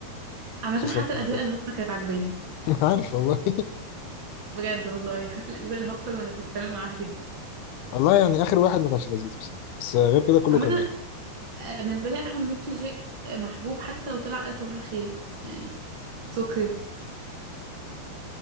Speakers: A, on the right; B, on the left.
A: عامه
B: مسلسل
A: حتى الاجزاء
B: المفضل
A: الهابطه كانت عجباني
B: <laughs> عارف والله
A: بجد والله حتى الاجزاء الهابطه انا كنت تمام معاها جدا
B: <laughs> والله يعني آخر واحد ما كانش لذيذ بس بس آه، غير كده كله
A: عامه
B: كان جامد
A: آه، بالنسبه لي احمد مكي شيء آه، محبوب حتى لو طلع قال صباح الخير يعني اتس اوكي